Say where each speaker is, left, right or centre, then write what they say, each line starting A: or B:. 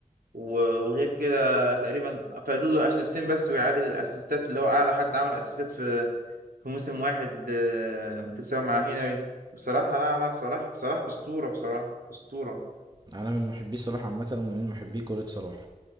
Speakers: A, on the right (about 85°); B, on the right (about 30°).
A: و- وغير كده تقريبا فاضل له اسيستين بس ويعادل الاسيستات اللي هو اعلى حد عمل اسيستات في في موسم واحد آه، بتساوي مع هنري بصراحه لا لا صلاح صلاح اسطوره بصراحه اسطوره
B: انا من محبي صلاح عامه ومن محبي كرة صلاح